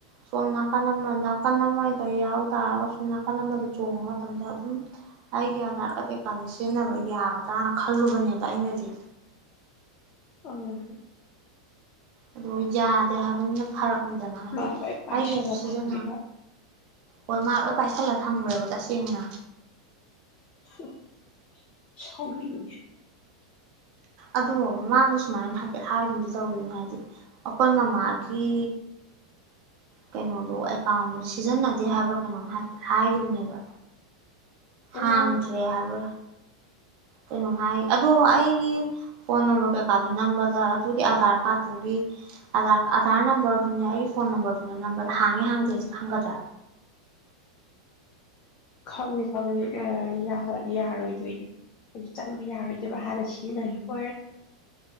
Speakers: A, on the right; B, on the left.
A: ꯁꯣꯝ ꯅꯥꯀꯟ ꯑꯃ ꯅꯥꯀꯟ ꯑꯃꯗ ꯌꯥꯎ ꯇꯥꯔꯒꯁꯨ ꯅꯥꯀꯟ ꯑꯃꯗ ꯆꯣꯡꯕ ꯃꯇꯝꯗ ꯑꯗꯨꯝ ꯑꯩꯒꯤ ꯑꯙꯥꯔ ꯀꯥꯔꯗ ꯀꯩꯀꯥꯗ ꯁꯤꯖꯤꯟꯅꯕ ꯌꯥꯒꯗ꯭ꯔ <unintelligible> ꯈꯜꯂꯨꯕꯅꯦꯕ ꯑꯩꯅꯗꯤ
B: ꯎꯝ
A: ꯑꯗꯣ ꯌꯥꯗꯦ ꯍꯥꯏꯕꯅꯤꯅ ꯐꯔꯛꯅꯤꯗꯅ ꯍꯥꯏꯗꯤ
B: ꯃꯥ ꯂꯣꯏ ꯄꯥꯏꯁꯜꯂ
A: ꯑꯩꯒꯤꯁꯨ ꯁꯤꯖꯤꯟꯅ
B: ꯊꯝꯃꯦꯕ
A: ꯍꯣꯏ ꯃꯥ ꯂꯣꯏ ꯄꯥꯏꯁꯜꯂꯒ ꯊꯝꯒ꯭ꯔꯦꯕ ꯇꯁꯦꯡꯅ
B: <unintelligible> ꯁꯥꯎꯅꯤꯡꯉꯦ
A: ꯑꯗꯣ ꯃꯃꯥꯡꯗ ꯁꯨꯃꯥꯏꯅ ꯍꯥꯏꯐꯦꯠ ꯍꯥꯏꯒꯨꯝꯗꯤ ꯇꯧꯒꯤꯝꯅꯦ ꯍꯥꯏꯗꯤ ꯑꯈꯣꯏ ꯃꯃꯥꯒꯤ ꯀꯩꯅꯣꯗꯣ ꯑꯦꯀꯥꯎꯟꯗꯣ ꯁꯤꯖꯤꯟꯅꯗꯦ ꯍꯥꯏꯕ꯭ꯔꯥ ꯀꯩꯅꯣꯝ ꯍꯥꯏꯐꯦꯠ ꯍꯥꯏꯒꯤꯕꯅꯦꯕ
B: ꯑꯣ
A: ꯍꯥꯡꯗ꯭ꯔꯦ ꯍꯥꯏꯕ ꯀꯩꯅꯣꯝ ꯍꯥꯏ ꯑꯗꯣ ꯑꯩꯒꯤ ꯐꯣꯟ ꯅꯝꯕꯔ ꯀꯩꯀꯥꯗꯨ ꯅꯝꯕꯗ ꯑꯗꯨꯒꯤ ꯑꯙꯥꯔ ꯀꯥꯔꯠꯇꯨꯒꯤ ꯑꯙꯥꯔ ꯅꯝꯕꯔꯗꯨꯅꯦ ꯑꯩꯒꯤ ꯐꯣꯟ ꯅꯝꯕ꯭ꯔ ꯗꯨꯅꯦ ꯅꯝꯕꯗ ꯍꯥꯡꯉꯤ ꯍꯥꯡꯗꯦꯁꯤ ꯈꯪꯒꯗ꯭ꯔꯥ
B: ꯈꯪꯉꯤ ꯈꯪꯉꯤ <unintelligible> ꯌꯥꯔꯣꯏꯗꯣꯏꯅꯦ ꯍꯧꯖꯤꯛ ꯆꯪꯕ ꯌꯥꯔꯣꯏꯗꯣꯏꯕ ꯍꯥꯟꯅ ꯁꯤꯖꯤꯟꯅꯒꯤꯕ ꯑꯣꯏꯔꯗꯤ